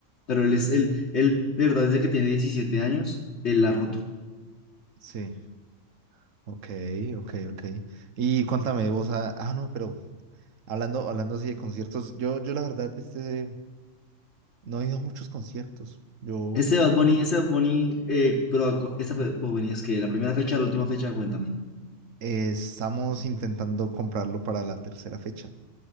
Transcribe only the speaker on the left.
Pero él es, él, él, de verdad, desde que tiene 17 años, él la ha roto.
Este Bad Bunny, este Bad Bunny, eh, pero cu- esta fue- Bad Bunny es que la primera fecha, la última fecha, cuéntame.